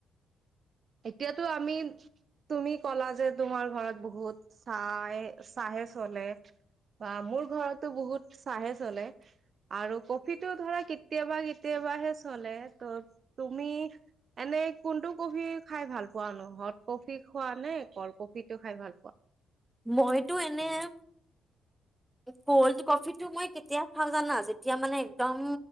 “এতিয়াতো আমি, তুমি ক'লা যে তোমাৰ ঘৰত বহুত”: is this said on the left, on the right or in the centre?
Right